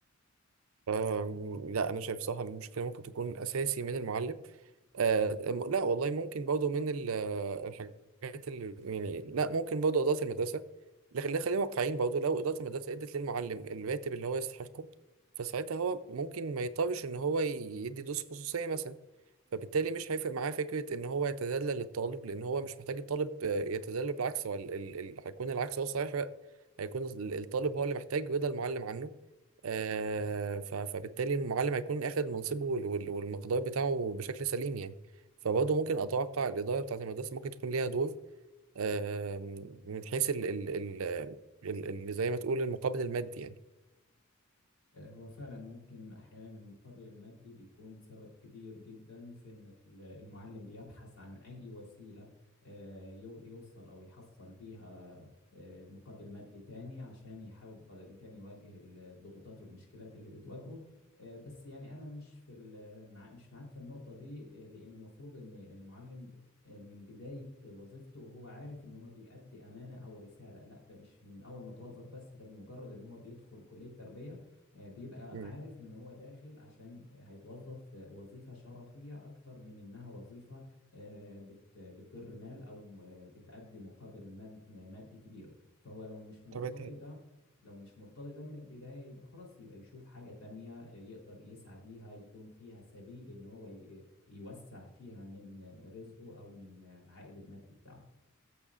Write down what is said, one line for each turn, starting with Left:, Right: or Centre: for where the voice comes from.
Right: أم، لا انا شايف صح المشكله ممكن تكون اساسي من المعلم أه أم- لا والله ممكن برضه من ال- آه، الحاجات اللي يعني لا ممكن برضه اداره المدرسه لكن لا خلينا واقعيين برضه لو اداره المدرسه ادت للمعلم الراتب اللي هو يستحقه فساعتها هو ممكن ما يضطرش ان هو يدي دروس خصوصيه مثلا فبالتالي مش هيفرق معاه فكرة ان هو يتذلل للطالب لان هو مش محتاج الطالب آه، يتذلل بالعكس هو ال- ال- ال- هيكون العكس هو الصحيح بقى هيكون ال- الطالب هو اللي محتاج رضا المعلم عنه آه، ف- فبالتالي المعلم هيكون اخد منصبه وال- وال- والمقدار بتاعه بشكل سليم يعني فبرضه ممكن اتوقع الاداره بتاعت المدرسه ممكن تكون ليها دور آه، من حيث ال ال ال ال- ال- زي ما تقول المقابل المادي يعني
Left: آه، هو فعلا ممكن أحيانا المقابل المادي بيكون سبب كبير جدا في إن ال- المعلم بيبحث عن أي وسيلة آه، يو- يوصل أو يحصل بيها آه، مقابل مادي تاني عشان يحاول بقدر الإمكان يواجه ال- الضغوطات والمشكلات اللي بتواجهه آه، بس يعني أنا مش في ال- مع مش معاك في النقطة دي آه، لأن المفروض إن المعلم ب- آه، من بداية وظيفته هو عارف إن هو بيأدي أمانة أو رسالة لا ده مش من أول ما توظف بس ده بمجرد إن هو بيدخل كلية تربية آه، بيبقى
Right: مم.
Left: عارف ان هو داخل عشان هيتوظف في وظيفة شرفية اكتر من انها وظيفة آه، بت- بتدر مال او آه، بتأدي مقابل مال مادي كبير فهو لو مش مرتضي
Right: طب انت
Left: ده لو مش مرتضي ده من البداية يبقى خلاص يبقى يشوف حاجة تانية آه، يقدر يسعى بيها يكون فيها سبيل ان هو ي- يوسع فيها من رزقه او من العائد المادي بتاعه